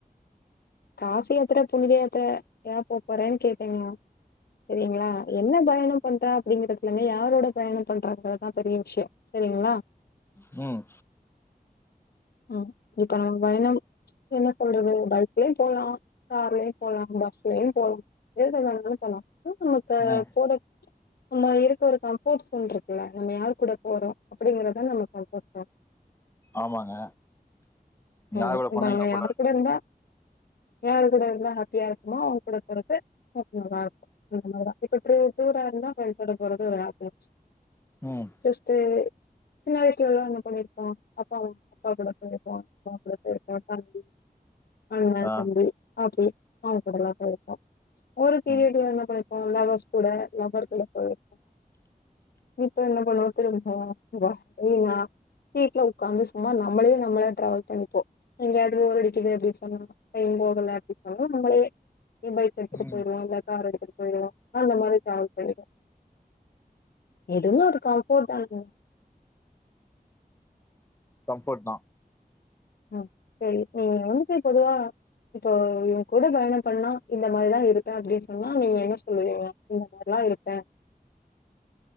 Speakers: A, on the left; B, on the left.
A: காசி யாத்திர புனித யாத்திர ஏ போ போறன் கேப்பீங்களா செரிங்களா என்ன பயணம் பண்றா அப்டிங்கறதுலங்க யாரோட பயணம் பண்றாங்கிறதா பெரிய விஷியோ செரிங்களா
B: ம்
A: ம் இப்ப நா பயணம் என்ன சொல்றது பஸ்லயு போலா கார்லயு போலா பஸ்லயு போலா எது வேணாலுனாலு போலா தூக் நமக்கு
B: ம்
A: போறக் நம்ம இருக்க ஒரு கம்ஃபோர்ட்சோன் இருக்குல்ல நம்ம யாரு கூட போறோ அப்படிங்கறதா நம்ம கம்ஃபோர்ட்சோன்
B: ஆமாங்க
A: ம்
B: யார் கூட போனா
A: நம்ம
B: கம்ஃபர்ட்டா
A: யாரு கூட இருந்தா யாரு கூட இருந்தா ஹாப்பியா இருக்குமோ அவுங்க கூட போறக்கு ஸ்கோப் நல்லா இருக்கு அந்தமாதிரிதா இப்ப எப்டி தூரோ இருந்தா ஃப்ரெண்ட்ஸ் ஓட போறது ஒரு ஏப்தா
B: ம்
A: ஜஸ்ட் சின்ன வயசுலல்லா என்ன பண்ணிருப்போ அப்பாவ அப்பா கூட போயிருப்போ தோன்றது கரெக்டாண்டி அண்ண
B: ஆ
A: தம்பி அப்டியே ஆ கடலா போயிருக்கோ ஒரு பீரியடுல
B: ம்
A: என்ன பண் உன் லவ்வர்ஸ்கூட லவ்வர் கூட போயிருப்ப இப்ப என்ன பண்ணுவோ திரும்பி போவோ பாஸ் இல்லையா சீட்ல உட்காந்து ம்மா நம்லயே நம்மல ட்ராவல் இப்போ எங்கயாது போர் அடிக்குது அப்டி சொன்னா ஐய்யயோ அது அது நம்லே பைக் எடுத்துட்டு
B: ம்
A: பொயிருவா இல்ல கார் எடுத்துட் பொயிருவா அந்த மாதிரி டிராவல் பண்ணிக்குவா இதுவு ஒருக்க போட்டாங்க
B: கம்ஃபர்ட் தா
A: ஹம் சரி நீ வந்துட்டு பொதுவா இப்போ இவ கூட பயணம் பண்ணா இந்த மாரிதா இருப்பே அப்டின்னு சொன்னா நீங்க என்ன இல்லையே இந்த மாரிலா இருப்பே